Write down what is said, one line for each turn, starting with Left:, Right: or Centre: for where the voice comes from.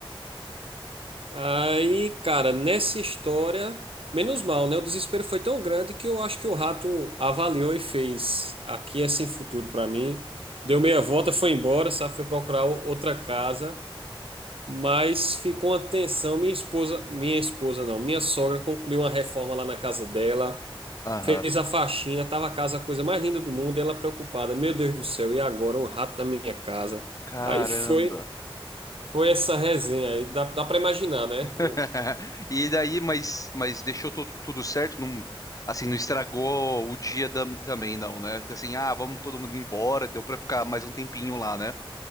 Right: Aí, cara, nessa história, menos mal, né? O desespero foi tão grande que eu acho que o rato avaliou e fez. Aqui é sem futuro pra mim. Deu meia volta, foi embora, sabe? Foi procurar o- outra casa. Mas ficou uma tensão. Minha esposa, minha esposa não, minha sogra concluiu uma reforma lá na casa dela,
Left: Aham.
Right: fez a faxina, tava a casa a coisa mais linda do mundo, e ela preocupada, meu Deus do céu, e agora um rato na minha casa.
Left: Caramba.
Right: Aí foi, foi essa resenha aí, dá, dá para imaginar, né?
Left: <laughs>
Right: O-
Left: E daí, mas, mas deixou tudo, tudo certo? Não, assim, não estragou o dia da- também, não, né? Assim, ah, vamos todo mundo embora, deu pra ficar mais um tempinho lá, né?